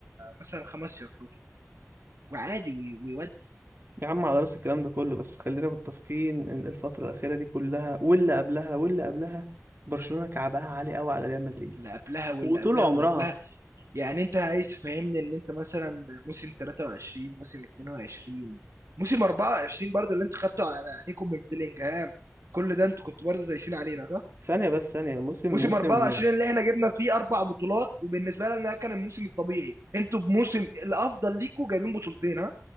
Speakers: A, on the right; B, on the right.
A: مثلا خمس ياردات وعادي وي- ويودي
B: يا عم على راس الكلام ده كله بس خلينا متفقين ان الفترة الأخيرة دي كلها واللي قبلها واللي قبلها برشلونة كعبها عالي قوي على ريال مدريد
A: اللي قبلها واللي
B: وطول
A: قبلها
B: عمرها
A: واللي قبلها يعني انت عايز تفهمني ان انت مثلا موسم 23 موسم 22 موسم 24 برضه اللي انت خدته على عينيكم من بيلينجهام كل ده انتوا كنتوا برضه دايسين علينا صح؟
B: ثانية بس ثانية موسم
A: موسم
B: موسم
A: 24 اللي احنا جبنا فيه اربع بطولات وبالنسبه لنا ده كان الموسم الطبيعي انتوا بموسم الافضل ليكوا جايبين بطولتين ها؟